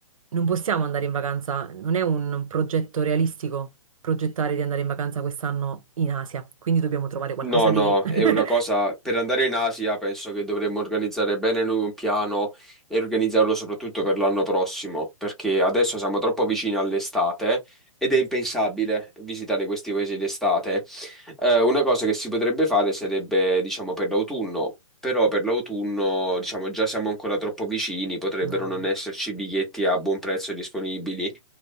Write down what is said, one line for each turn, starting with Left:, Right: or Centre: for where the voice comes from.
Right: non possiamo andare in vacanza, non è un progetto realistico progettare di andare in vacanza quest'anno in Asia, quindi dobbiamo trovare qualcosa
Centre: No, no,
Right: di... <laughs>
Centre: è una cosa per andare in Asia penso che dovremmo organizzare bene noi un piano e organizzarlo soprattutto per l'anno prossimo, perché adesso siamo troppo vicini all'estate ed è impensabile visitare questi paesi d'estate. Eh, una cosa che si potrebbe fare sarebbe, diciamo, per l'autunno, però per l'autunno, diciamo, già siamo ancora troppo vicini, potrebbero
Right: No.
Centre: non esserci biglietti a buon prezzo disponibili,